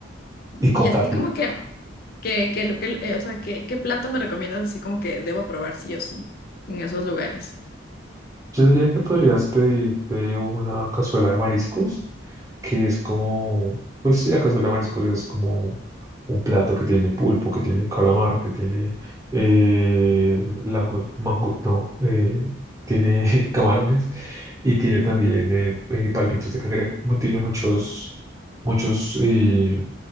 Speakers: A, on the right (about 15°); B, on the left (about 50°).
A: y compartir.
B: Y así como que, que, que lo que, eh, o sea, ¿qué, qué plato me recomiendas así como que debo probar sí o sí en esos lugares?
A: Yo diría que podrías pedirte una cazuela de mariscos, que es como, pues sí, la cazuela de mariscos es como un plato que tiene pulpo, que tiene calamar, que tiene eh, lango- mango, no, eh, tiene <laughs> camarones y tiene también eh, eh, palmitos de cangrejo. Mu- Tiene muchos, muchos, eh,